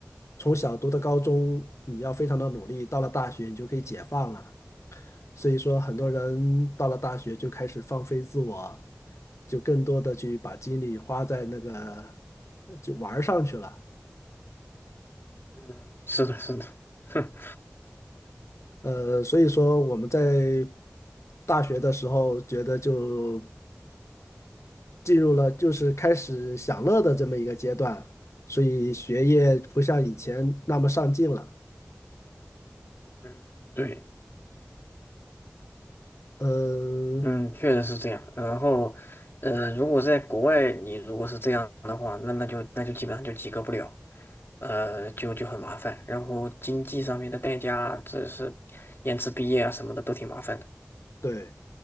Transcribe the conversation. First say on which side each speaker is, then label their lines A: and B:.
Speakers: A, on the left; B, on the left.
A: 从小读到高中，你要非常的努力，到了大学你就可以解放了。所以说，很多人到了大学就开始放飞自我，就更多的去把精力花在那个呃就玩儿上去了。
B: 嗯，是的，是的，<laughs>
A: 呃，所以说我们在大学的时候觉得就。进入了就是开始享乐的这么一个阶段，所以学业不像以前那么上进了。
B: 嗯，对，
A: 嗯，
B: 嗯，确实是这样。然后，呃，如果在国外，你如果是这样的话，那那就那就基本上就及格不了，呃，就就很麻烦。然后经济上面的代价，这是延迟毕业啊什么的都挺麻烦的。
A: 对，